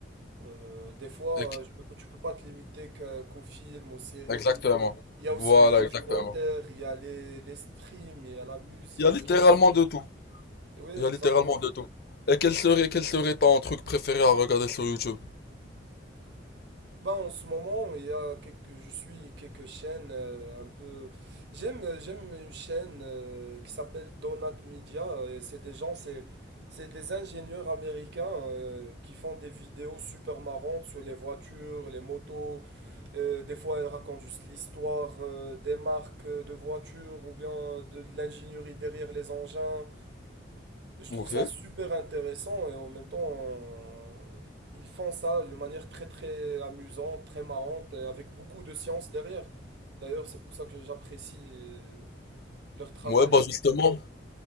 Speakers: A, on the right (about 60°); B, on the left (about 50°).
A: Euh, des fois,
B: Ec-
A: euh, je peux, pas- tu peux pas te limiter qu'à- qu'aux films, aux séries.
B: Exactement.
A: Il y a
B: Voilà,
A: aussi les documentaires,
B: exactement.
A: il y a les, les streams, il y a la musique,
B: Il y a littéralement
A: il y a les...
B: de tout.
A: Oui, exactement.
B: Il y a littéralement de tout. Et quel serait, quel serait ton truc préféré à regarder sur YouTube?
A: Bah, en ce moment, il y a quelques, je suis quelques chaînes euh, un peu... J'aime, j'aime une chaîne euh, qui s'appelle Donut Media. euh, et C'est des gens, c'est, c'est des ingénieurs américains euh, qui font des vidéos super marrantes sur les voitures, les motos. Euh, des fois, elles racontent juste l'histoire euh, des marques euh, de voitures ou bien de de l'ingénierie derrière les engins. Je
B: Ok.
A: trouve ça super intéressant et en même temps, euh, ils font ça d'une manière très très amusante, très marrante et avec beaucoup de science derrière. D'ailleurs, c'est pour ça que j'apprécie euh, leur travail
B: Ouais, bah justement,
A: énormément.